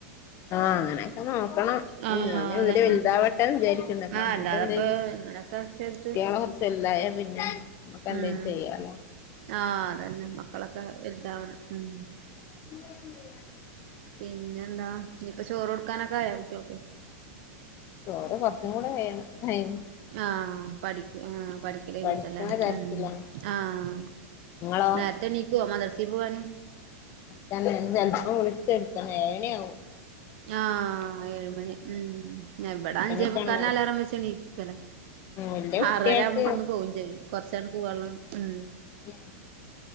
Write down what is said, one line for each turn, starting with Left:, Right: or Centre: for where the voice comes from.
Left: ആഹ് അങ്ങനെയൊക്കെ നോക്കണം
Right: ആഹ്
Left: ഉം ഞാന്
Right: അതന്നെ
Left: ഇവര് വലുതാവട്ടെന്ന് വിചാരി പിന്നെപ്പ
Right: ആഹ്
Left: നമ്മുക്ക്
Right: അല്ലാതെപ്പോ
Left: എന്തേലും
Right: ഇങ്ങനൊക്കെ ചെയ്തിട്ട്
Left: കുട്ട്യേള് കൊർച്ച് വലുതായ പിന്നെ നമ്മുക്ക് എന്തേലും
Right: ഉം
Left: ചെയ്യാലോ
Right: ആഹ് അതന്നെ മക്കളൊക്കെ വലുതാവണം ഉം
Left: എ
Right: പിന്നെ എന്താ ഇനിപ്പ ചോറ് കൊടുക്കാനൊക്കെ ആയാ കുട്ടികൾക്ക്
Left: ചോറ് കുറച്ചും കൂടെ കഴിയണം ടൈം
Right: ആഹ് പഠിക്ക ആഹ് പഠി <unintelligible>
Left: പഠിക്കണ തിരക്കിലാണ്
Right: ഉം ആഹ്
Left: നിങ്ങളോ
Right: നേരത്തെ നീക്കുവാ മദർസില്ക്ക് പോവാന്
Left: ചെലപ്പം വിളിച്ചെഴുത്തണം ഏഴ് മണിയാവും
Right: ആഹ് ഏഴ് മണി ഉം ഞ ഇവടെ
Left: എട്ടണിക്കാണ്
Right: അഞ്ചേ മുക്കാൽന്
Left: മദ്രസ്
Right: അലരം വെച്ചണീപ്പിക്കല
Left: വല്യ കുട്ടികൾക്ക്
Right: ആറര ആവുമ്പ ഇവടന്ന് പോകയും ചെയ്യും കൊറച്ചണ്ട് പൂവാള്ളാണ് ഉം
Left: ഉം